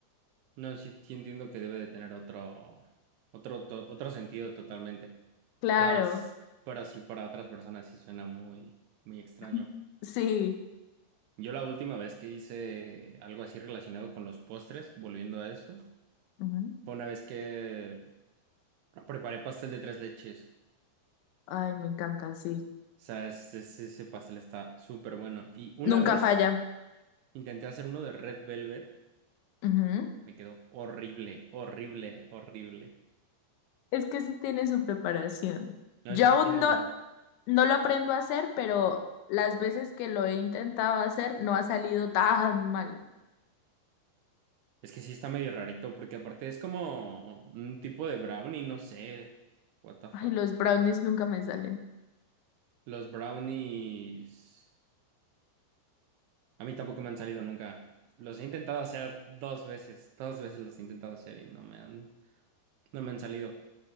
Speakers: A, on the right; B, on the left.
A: No, sí, sí entiendo que debe de tener otro otro to- otro sentido totalmente.
B: Claro,
A: Pero s- pero sí para otras personas sí suena muy muy extraño.
B: <laughs> sí.
A: Yo la última vez que hice algo así relacionado con los postres, volviendo a eso,
B: Ujú.
A: fue una vez que preparé pastel de tres leches. O
B: Ay, me encanta, sí.
A: sea, es- es- ese, pastel está súper bueno. Y una
B: Nunca
A: vez
B: falla.
A: intenté hacer uno de Red Velvet,
B: Ujú.
A: me quedó horrible, horrible, horrible.
B: Es que sí tiene su preparación.
A: No
B: Yo
A: sé si
B: aún
A: tienen...
B: no, no lo aprendo a hacer, pero las veces que lo he intentado hacer no ha salido tan mal.
A: Es que sí está medio rarito, porque aparte es como un tipo de brownie, no sé. What the fuck.
B: Ay, los brownies nunca me salen.
A: Los brownies. A mí tampoco me han salido nunca. Los he intentado hacer dos veces, dos veces los he intentado hacer y no me han, no me han salido.